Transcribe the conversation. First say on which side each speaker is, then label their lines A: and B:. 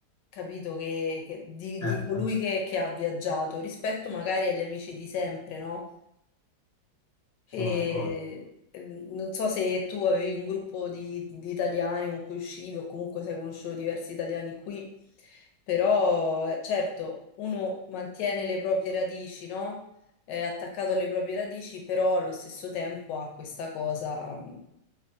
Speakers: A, on the left (about 75°); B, on the left (about 25°).
A: capito, che, che- di,
B: certo,
A: di colui che, che ha viaggiato rispetto magari agli amici di sempre, no?
B: siamo
A: E
B: d'accordo.
A: eh, non so se tu avevi un gruppo di, di italiani con cui uscivi o comunque sei conosciuto diversi italiani qui, però eh, certo uno mantiene le proprie radici, no? È attaccato alle proprie radici, però allo stesso tempo ha questa cosa mm,